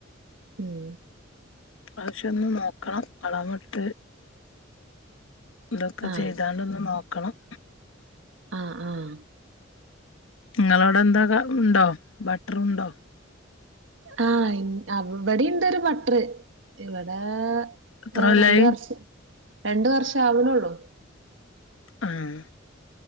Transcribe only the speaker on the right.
ഉം
ആഹ്
ആഹ് ആഹ്
ആഹ് ഇന് ആഹ്‌ ഇവടീണ്ടൊരു ബട്ട്റ് ഇവടേ
ഓഹ്
രണ്ട് വർഷം രണ്ട് വർഷം ആവ്ണൊള്ളൂ